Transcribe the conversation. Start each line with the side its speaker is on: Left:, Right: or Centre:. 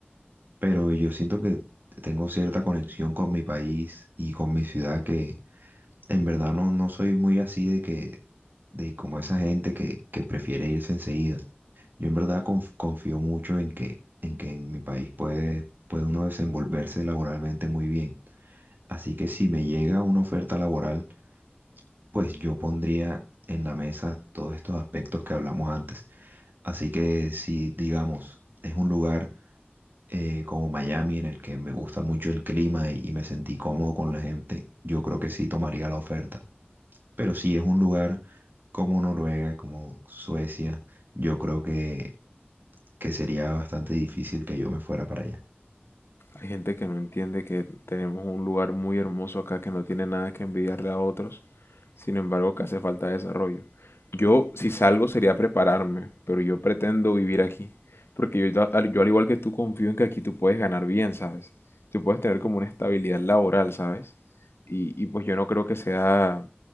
Right: Pero yo siento que tengo cierta conexión con mi país y con mi ciudad que en verdad no, no soy muy así de que, de como esa gente que, que prefiere irse enseguida. Yo en verdad conf- confío mucho en que, en que en mi país puede, puede uno desenvolverse laboralmente muy bien. Así que si me llega una oferta laboral, pues yo pondría en la mesa todos estos aspectos que hablamos antes. Así que si, digamos, es un lugar eh, como Miami en el que me gusta mucho el clima y, y me sentí cómodo con la gente, yo creo que sí tomaría la oferta. Pero si es un lugar como Noruega, como Suecia, yo creo que, que sería bastante difícil que yo me fuera para allá.
Left: Hay gente que no entiende que tenemos un lugar muy hermoso acá que no tiene nada que envidiarle a otros, sin embargo que hace falta desarrollo. Yo, si salgo, sería prepararme, pero yo pretendo vivir aquí, porque yo, ta- al- yo al igual que tú confío en que aquí tú puedes ganar bien, ¿sabes? Tú puedes tener como una estabilidad laboral, ¿sabes? Y, y pues yo no creo que sea,